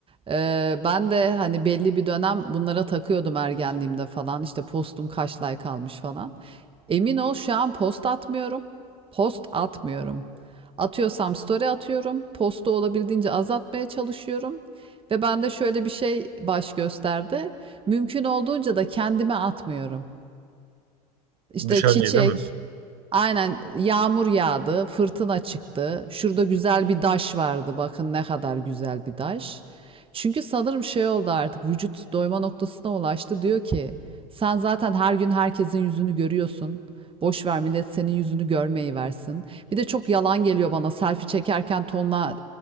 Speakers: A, on the right; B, on the right.
A: Eee, ben de hani belli bir dönem bunlara takıyordum ergenliğimde falan. İşte postum kaç like almış falan. Emin ol şu an post atmıyorum. Post atmıyorum. Atıyorsam story atıyorum. Postu olabildiğince azaltmaya çalışıyorum. Ve bende şöyle bir şey baş gösterdi. Mümkün olduğunca da kendime atmıyorum. İşte
B: dışarıya
A: çiçek,
B: değil mi?
A: Aynen yağmur yağdı, fırtına çıktı. Şurada güzel bir daş vardı. Bakın ne kadar güzel bir daş. Çünkü sanırım şey oldu artık vücut doyma noktasına ulaştı. Diyor ki sen zaten her gün herkesin yüzünü görüyorsun. Boş ver millet senin yüzünü görmeyi versin. Bir de çok yalan geliyor bana. Selfie çekerken tonla